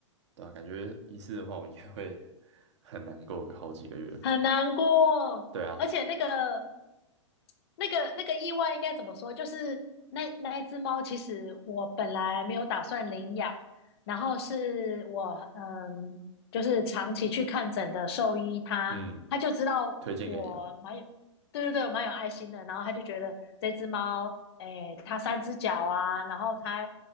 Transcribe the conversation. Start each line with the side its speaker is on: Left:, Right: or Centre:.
Right: 对啊，感觉一次的话，我应该会很难过个好几个月。
Left: 很难过，
Right: 对啊，
Left: 而且那个那个那个意外应该怎么说？就是那那一只猫，其实我本来没有打算领养，然后是我嗯，就是长期去看诊的兽医他，
Right: 嗯，
Left: 他就知道我蛮有对对对，
Right: 推荐给你嘛，
Left: 我蛮有爱心的。然后他就觉得这只猫，诶，它三只脚啊，然后它